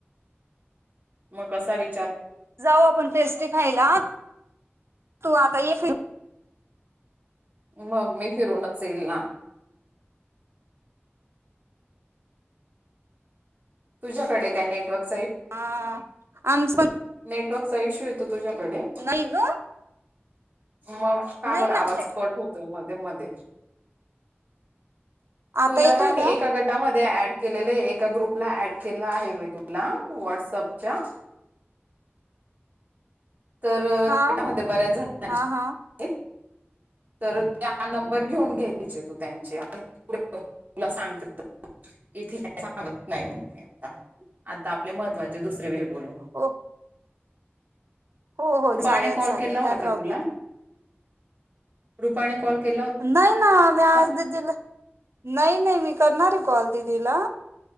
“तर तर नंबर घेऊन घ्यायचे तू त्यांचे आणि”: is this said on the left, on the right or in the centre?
Right